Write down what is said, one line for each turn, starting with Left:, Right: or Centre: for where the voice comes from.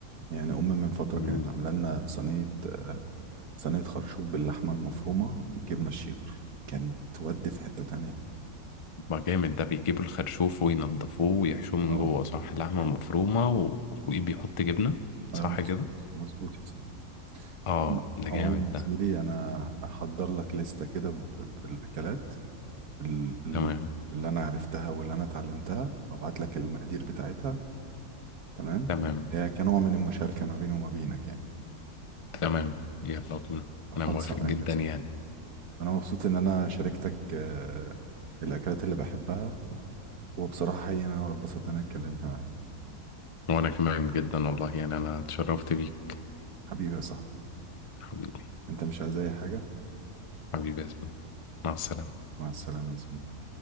Right: يعني امي من فتره
Left: مم.
Right: كانت عامله لنا صينيه آه، صينيه خرشوف باللحمه المفرومه بالجبنه الشيدر كانت تودي في حته تانية
Left: ما جامد ده بيجيبوا الخرشوف وينضفوه ويحشوه من
Right: اه
Left: جوه صح لحمة
Right: ايوه
Left: مفرومة و- وفوقيه بيحط جبنة صح
Right: ايوه مظبوط
Left: كده
Right: مظبوط يا صاحبي
Left: اه
Right: عموما
Left: ده جامد
Right: عموماً يا
Left: ده
Right: زميلي انا هحضر لك لستة كده ب- بالاكلات ال- ال-
Left: تمام
Right: اللي انا عرفتها واللي انا اتعلمتها وهبعت لك المقادير بتاعتها تمام
Left: تمام
Right: إيه كنوع من المشاركة ما بيني وما بينك يعني
Left: تمام يلا بينا
Right: خالصة
Left: انا موافق جدا
Right: معاك يا صاحبي
Left: يعني
Right: انا مبسوط ان انا شاركتك آه، الاكلات اللي بحبها وبصراحة حقيقي انا اتبسطت ان انا اتكلمت معاك
Left: وانا كمان جدا والله يعني انا اتشرفت بيك
Right: حبيبي يا صاحبي
Left: حبيبي
Right: انت مش عايز اي حاجة
Left: حبيبي يا ياسمين مع السلامة
Right: مع السلامة يا زميلي